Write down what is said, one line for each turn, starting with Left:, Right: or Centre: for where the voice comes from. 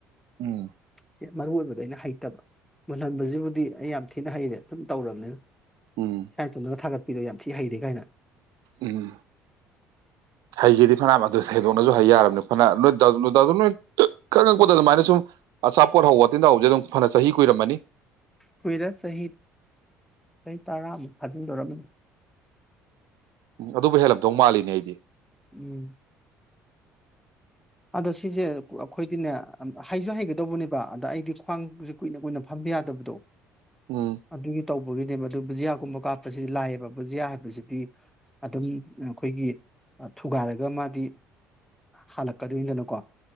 Right: ꯎꯝ
Centre: ꯁ ꯃꯔꯨ ꯑꯣꯏꯏꯕꯗ ꯑꯩꯅ ꯍꯩꯇꯕ ꯃꯨꯜꯍꯟꯕꯁꯤꯕꯨꯗꯤ ꯑꯩ ꯌꯥꯝ ꯊꯤꯅ ꯍꯩꯔꯦ ꯑꯗꯨꯝ ꯇꯧꯔꯕꯅꯤꯅ
Right: ꯎꯝ
Centre: ꯁꯥꯏꯇꯣꯟ ꯊꯔ ꯄꯄꯤꯗꯣ ꯌꯥꯝ ꯊꯤ ꯍꯩꯗꯦ ꯀꯥꯏꯅ
Right: ꯎꯝ ꯍꯥꯏꯒꯤꯗꯤ ꯑꯅꯥ ꯑꯗꯨ ꯍꯩꯗꯣꯛꯅꯁꯨ ꯍꯥꯏ ꯌꯥꯔꯕꯅꯤ ꯍꯅ ꯅꯣꯏ ꯅꯣꯏꯖ ꯅꯣꯏ ꯈꯪꯉꯛꯄꯗ ꯑꯗꯨꯃꯥꯏꯅ ꯁꯨꯝ ꯑꯆꯥꯄꯣꯠ ꯍꯧꯕꯇꯤꯟꯗ ꯍꯧꯁꯦ ꯑꯗꯨꯝ ꯐꯅ ꯆꯍꯤ ꯀꯨꯏꯔꯝꯃꯅꯤ
Centre: ꯍꯨꯏꯔ ꯁꯍꯤꯗ ꯆꯍꯤ ꯇꯔꯥꯃꯨꯛ ꯐꯥꯖꯤꯟꯗꯣꯔꯝꯅꯤ
Right: ꯎ ꯑꯗꯨꯕꯨ ꯍꯦꯜꯂꯞꯗꯧ ꯃꯥꯜꯂꯤꯅꯦ ꯑꯩꯗꯤ
Centre: ꯎꯝ ꯑꯗꯣ ꯁꯤꯁꯦ ꯑꯩꯈꯣꯏꯗꯤꯅꯦ ꯍꯩꯁꯨ ꯍꯩꯒꯗꯧꯕꯅꯦꯕ ꯑꯗ ꯑꯩꯗꯤ ꯈ꯭ꯋꯥꯡꯁꯦ ꯀꯨꯏꯅ ꯀꯨꯏꯅ ꯐꯝꯕ ꯌꯥꯗꯕꯗꯣ
Right: ꯎꯝ
Centre: ꯑꯗꯨꯒꯤ ꯇꯧꯕ ꯒꯤꯅꯦꯕ ꯑꯗꯨ ꯕꯨꯖꯤꯌꯥꯒꯨꯝꯕ ꯀꯥꯞꯄꯁꯤꯗꯤ ꯂꯥꯏꯑꯕ ꯕꯨꯖꯤꯌꯥ ꯍꯥꯏꯕꯁꯤꯗꯤ ꯑꯗꯨꯝ ꯑꯩꯈꯣꯏꯒꯤ ꯊꯨꯒꯥꯏꯔꯒ ꯃꯥꯗꯤ ꯍꯜꯂꯛ ꯀꯀꯗꯣꯏꯏꯅꯤꯗꯅꯀꯣ